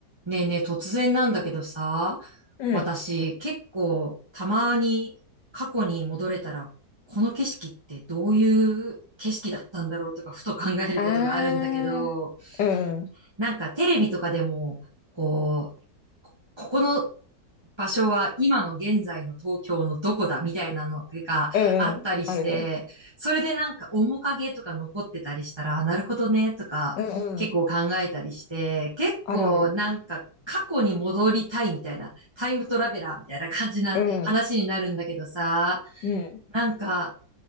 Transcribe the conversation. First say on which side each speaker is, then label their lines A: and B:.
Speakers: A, on the right; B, on the left.
A: ねえねえ、突然なんだけどさ、
B: うん。
A: 私結構たまに過去に戻れたら、この景色ってどういう景色だったんだろうとか、ふと考えることがあるんだけど、
B: ああ、うん、
A: なんかテレビとかでも、こう、ここの場所は今の現在の東京のどこだみたいなのがあったりして、
B: うん、うん、あるね。
A: それでなんか面影とか残ってたりしたら、あなるほどねとか結構考えたりして、
B: うん、うん、
A: 結構なんか過去に戻りたいみたいな、
B: あるある。
A: タイムトラベラーみたいな感じな話になるんだけどさ、
B: うん、うん、
A: なんか、